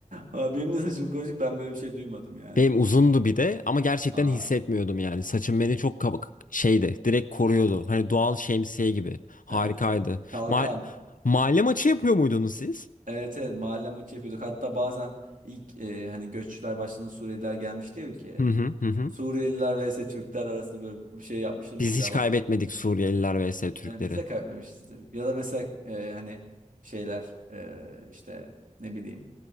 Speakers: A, on the right (about 85°); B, on the left (about 90°).
A: Aa, Benim de saçım kıvırcık ben böyle bir şey duymadım yani.
B: Benim uzundu bir de ama gerçekten
A: Aa,
B: hissetmiyordum yani. Saçım beni çok kabuk şeydi. Direkt koruyordu. Hani doğal şemsiye gibi. Harikaydı.
A: evet evet. Kalkan.
B: Ma- mahalle maçı yapıyor muydunuz siz?
A: Evet evet mahalle maçı yapıyorduk. Hatta bazen ilk e, hani göççüler başladığında Suriyeliler gelmişti ya ülkeye.
B: Hı hı hı. hı.
A: Suriyeliler vs Türkler arasında böyle bir şey yapmışlığımız
B: Biz
A: bile
B: hiç
A: var.
B: kaybetmedik Suriyeliler vs Türkleri.
A: Yani biz de kaybetmemişizdir. Ya da mesela e, hani şeyler e, işte ne bileyim